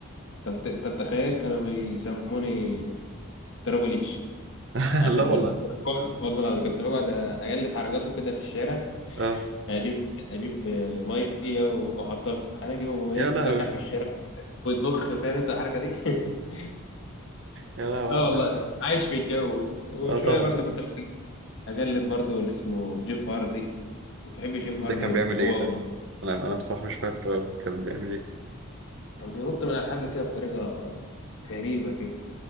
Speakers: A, on the left; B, on the right.
A: طب طب تخيل كانوا بيسموني ترابل اتش
B: <laughs>
A: عشان
B: لا والله
A: كنت بقعد والله العظيم كنت بقعد اجلد حركاته كده في الشارع
B: اه
A: اجيب اجيب ميه واحطها في حنكي واقوم ايه
B: يا لهوي
A: طلع في الشارع
B: <laughs>
A: وتبخ فاهم انت الحركه دي <laughs>
B: يا لهوي
A: اه
B: عدها
A: والله عايش في الجو وشويه
B: اه طبعا
A: برضو كنت اقلد برضو اللي اسمه جيف هاردي كنت بحب جيف
B: ده
A: هاردي
B: كان
A: قوي
B: بيعمل ايه
A: هو
B: ده انا انا بصراحه مش فاكره كان بيعمل ايه
A: كان بينط من على الحبل كده بطريقه غريبه كده